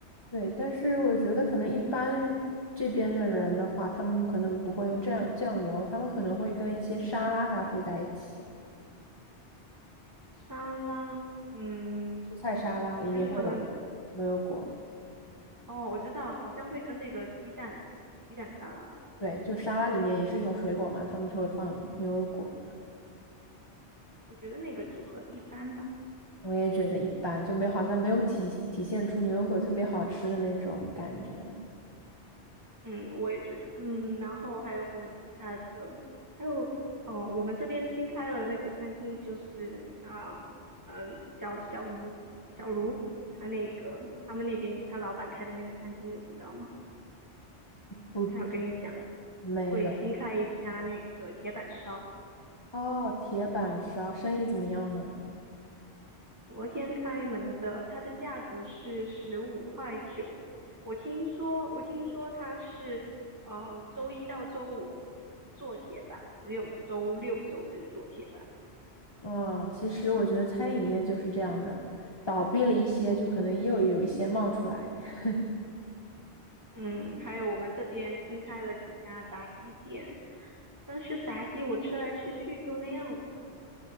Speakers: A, on the left; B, on the right.
A: 对，但是我觉得可能一般这边的人的话，他们可能不会用酱酱油，他们可能会跟一些沙拉搭配在一起，
B: 沙拉，嗯，
A: 蔬菜沙拉里面会有牛油果。
B: 就是他们。哦，我知道，好像会跟那个鸡蛋鸡蛋沙拉，
A: 对，就沙拉里面也是一种水果嘛，他们就会放牛油果，
B: 我觉得那个组合一般吧。
A: 我也觉得一般，就没好像没有体体现出牛油果特别好吃的那种感觉，
B: 嗯，我也觉得。嗯，然后还有什么其他的？还有哦，我们这边新开了那个餐厅，就是啊，嗯，小小卢小卢他那个他们那边他老板开的那个餐厅，你知道吗？
A: 不，
B: 他有跟你讲
A: 没有。
B: 会新开一家那个铁板烧。
A: 哦，铁板烧生意怎么样呢？
B: 昨天开门的，它的价格是十五块九。我听说，我听说它是，呃，周一到周五不做铁板，只有周六周日做铁板。
A: 啊，其实我觉得餐饮业就是这样的，倒闭了一些，就可能又有一些冒出来。<laughs>
B: 嗯，还有我们这边新开了几家炸鸡店，但是炸鸡我吃来吃去就那样吧，